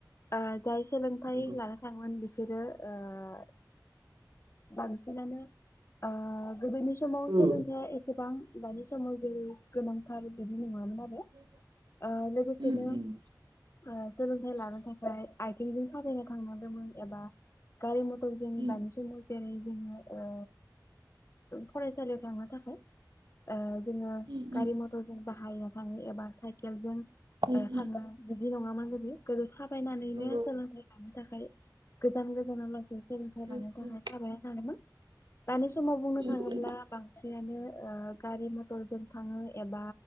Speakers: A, on the left (about 35°); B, on the right (about 80°).
A: आ जाय सोलोंथाइ
B: नंगौ
A: लानो थाङोमोन बिस बिसोरो ओ बांसिनानो ओ गोदोनि समाव
B: औ
A: सोलोंथाया एसेबां। दानि सामग्रि गोनांथार बिदि नङामोन
B: <unintelligible>
A: आरो ओ लोगोसेनो
B: उम उम
A: ओ सोलोंथाइ लानो थाखाय। आथिंजों थाबायना थांनादोंमोन एबा गारि म <unintelligible>
B: उम उम
A: जोङो ओ फरायसालियाव थांनो थाखाय ओ जोङो
B: उम
A: गारि
B: उम
A: मथरजों बाहायनो थाङो एबा जों
B: उम
A: ओ थांनो बिदि नङामोन गोदो गोदो थाबायनानैनो
B: नंगौ
A: सोलोंथाइ लानो थाखाय गोजान गोजानाव लासै सोलोंथाइ
B: उम
A: लानो थाखाय
B: उम
A: थाबायना थाङोमोन दानि समाव बुंनो
B: उम
A: थाङोब्ला
B: उम
A: बांसिनानो ओ गा <unintelligible> <unintelligible> जों थाङो एबा